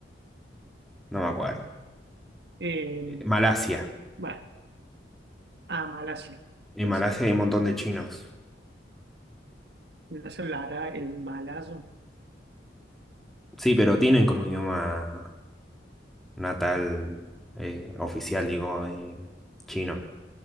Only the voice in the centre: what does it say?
No me acuerdo.
Eh, Malasia.
En
Malasia
hay un montón de chinos.
Sí, pero tienen como idioma natal, eh, oficial, digo, eh, chino.